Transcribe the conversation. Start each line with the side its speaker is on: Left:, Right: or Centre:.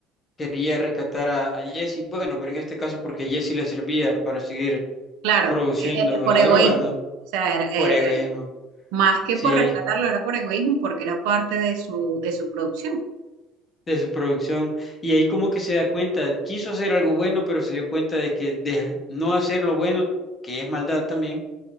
Left: quería rescatar a, a Jesse, bueno, pero en este caso porque Jesse le servía para seguir
Right: Claro,
Left: produciendo
Right: eh, eh, por
Left: la
Right: egoísmo.
Left: droga, ¿no?
Right: O sea, era, era-
Left: Por egoísmo.
Right: más que
Left: Sí.
Right: por rescatarlo, era por egoísmo porque era parte de su, de su producción.
Left: de su producción y ahí como que se da cuenta, quiso hacer algo bueno, pero se dio cuenta de que de no hacer lo bueno, que es maldad también,